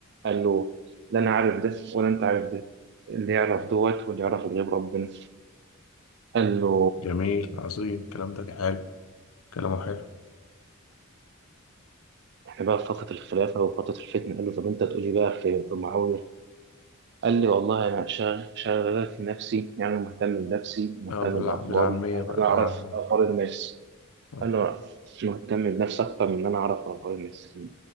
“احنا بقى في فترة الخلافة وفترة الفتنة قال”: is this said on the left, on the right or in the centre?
Right